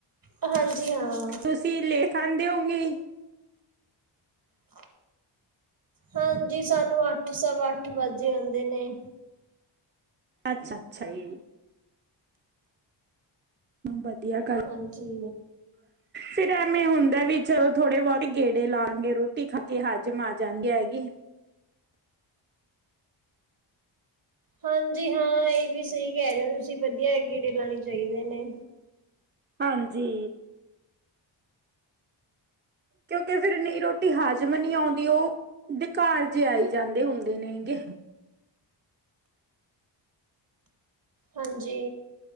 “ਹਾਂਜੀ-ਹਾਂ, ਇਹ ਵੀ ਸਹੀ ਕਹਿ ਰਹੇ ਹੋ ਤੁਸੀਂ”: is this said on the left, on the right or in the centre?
Right